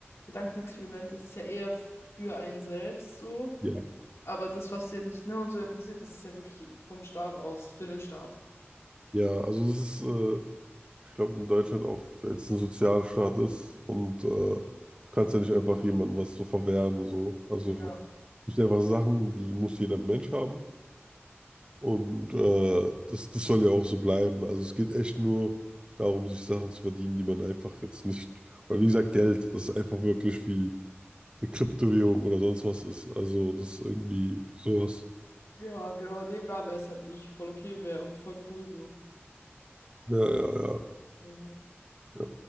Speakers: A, on the left (about 85°); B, on the right (about 25°).
A: Gedankenexperiment ist es ja eher für einen selbst so.
B: Ja,
A: Aber das, was jetzt ne und so ja passiert, das ist ja wirklich vom Staat aus, für den Staat.
B: ja, also es ist, äh, Ich glaube, in Deutschland auch, weil es ein Sozialstaat ist und äh, du kannst ja nicht einfach jemandem was so verwehren und so. Also
A: Ja.
B: es sind einfach Sachen, die muss jeder Mensch haben und äh, das, das soll ja auch so bleiben. Also es geht echt nur darum, sich Sachen zu verdienen, die man einfach jetzt nicht, oder wie gesagt, Geld, das ist einfach wirklich wie eine Kryptowährung oder sonst was ist. Also das ist irgendwie sowas.
A: Ja, genau, nee, bra, wäre es halt eigentlich voll okay und wäre auch voll cool so.
B: Ja, ja, ja,
A: Ja,
B: ja.